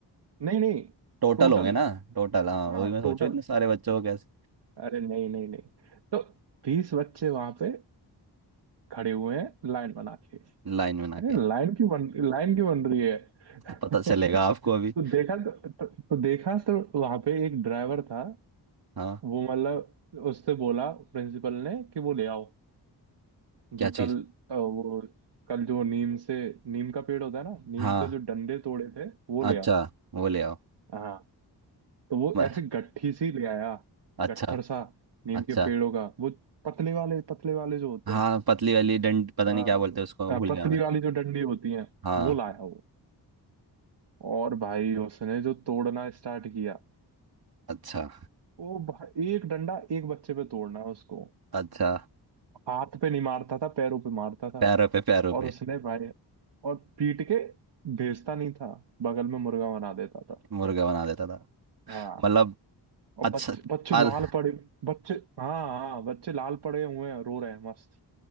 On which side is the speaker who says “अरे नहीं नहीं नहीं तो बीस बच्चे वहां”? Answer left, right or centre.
Right